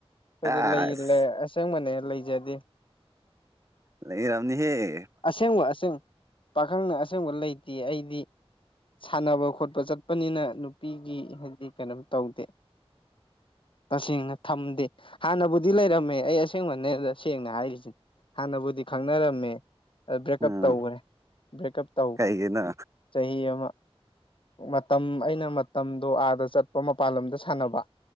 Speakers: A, on the left; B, on the right.
A: ꯍꯥꯏꯣꯏꯗꯤ
B: ꯑꯁ
A: ꯂꯩ ꯑꯁꯦꯡꯕꯅꯦ ꯂꯩꯖꯗꯦ
B: ꯂꯩꯔꯝꯅꯤ ꯍꯦ
A: ꯑꯁꯦꯡꯕ ꯑꯁꯦꯡ ꯄꯥꯈꯪꯅ ꯑꯁꯦꯡꯕ ꯂꯩ ꯑꯩꯗꯤ ꯁꯥꯟꯅꯕ ꯈꯣꯠꯄ ꯆꯠꯄꯅꯤꯅ ꯅꯨꯄꯤꯒꯤ ꯍꯥꯏꯗꯤ ꯀꯩꯅꯣꯝ ꯇꯧꯗꯦ ꯇꯁꯦꯡꯅ ꯊꯝꯗꯦ ꯍꯥꯟꯅꯕꯨꯗꯤ ꯂꯩꯔꯝꯃꯦ ꯑꯩ ꯑꯁꯦꯡꯕꯅꯦ ꯁꯦꯡꯅ ꯍꯥꯏꯔꯤꯁꯤꯦ ꯍꯥꯟꯅꯕꯨꯗꯤ ꯈꯪꯅꯔꯝꯃꯦ ꯕ꯭ꯔꯦꯛꯀꯞ
B: ꯎꯝ
A: ꯇꯧꯈ꯭ꯔꯦ ꯕ꯭ꯔꯦꯛꯀꯞ ꯇꯧꯈꯔꯦ
B: ꯀꯩꯒꯤꯅꯣ
A: ꯆꯍꯤ ꯑꯃ ꯃꯇꯝ ꯑꯩꯅ ꯃꯇꯝꯗꯣ ꯑꯥꯗ ꯆꯠꯄ ꯃꯄꯥꯟ ꯂꯝꯗ ꯁꯥꯟꯅꯕ